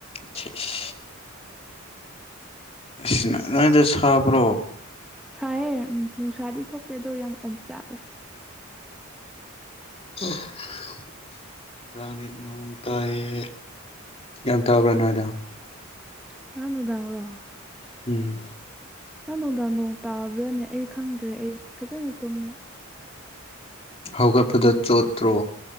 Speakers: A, on the left; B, in the centre.
A: ꯁꯤ ꯏꯁ ꯏꯁ ꯅꯣꯏ ꯅꯣꯏꯗ ꯁꯥꯕ꯭ꯔꯣ
B: ꯁꯥꯏꯌꯦ ꯎꯝ ꯅꯨꯡꯁꯥꯗꯤ ꯊꯣꯛꯇꯦ ꯑꯗꯣ ꯌꯥꯝ ꯑꯣꯝꯆꯥꯛꯅꯩ
A: <inaudible> ꯉꯥꯔꯥꯡꯗꯤ ꯅꯣꯡ ꯇꯥꯏꯌꯦꯌꯦ ꯒꯌꯥꯟ ꯇꯕꯔꯥ ꯑꯩꯅ ꯍꯥꯏꯗꯣ
B: ꯉꯔꯥꯡ ꯅꯨꯡꯗꯥꯡꯔꯣ
A: ꯎꯝ
B: ꯉꯥꯡ ꯅꯨꯡꯗꯥꯡ ꯅꯣꯡ ꯇꯥꯕ꯭ꯔꯥꯅꯦ ꯑꯩ ꯈꯪꯗ꯭ꯔꯦ ꯑꯩ ꯐꯖꯅ ꯇꯨꯝꯃꯦ
A: ꯍꯧꯒꯠꯄꯗ ꯆꯣꯠꯇ꯭ꯔꯣ